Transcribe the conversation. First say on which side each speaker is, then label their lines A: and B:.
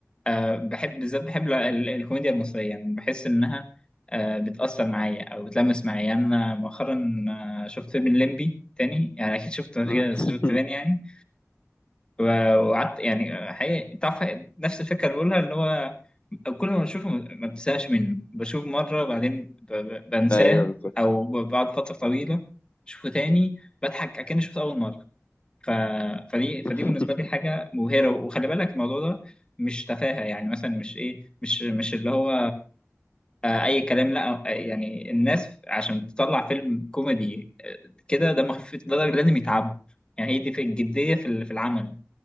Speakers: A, on the left; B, on the left.
A: آه، بحب بالذات بحب ال- ال- الكوميديا المصريه يعني بحس انها آه، بتاثر معايا او بتلمس معايا يعني انا مؤخرا آه، شفت فيلم الليمبي تاني يعني اكيد شفته
B: مم. <laughs>
A: شفت تاني يعني و- وقعدت يعني حقيقي تعرف نفس الفكره اللي بقولها اللي هو كل ما بشوفه ما ما بنساش منه بشوف مره بعدين ب- ب- بنساه
B: ايوه بالظبط
A: او ب- بعد فتره طويله بشوفه تاني بضحك اكني شفته اول مره ف... فدي
B: <laughs>
A: فدي بالنسبه لي حاجه مبهره وخلي بالك الموضوع ده مش تفاهه يعني مثلا مش ايه مش مش اللي هو آه، اي كلام لا آه، يعني الناس عشان تطلع فيلم كوميدي آه، كده دمه خفيف ده لازم يتعب يعني هي دي في الجديه في ال- في العمل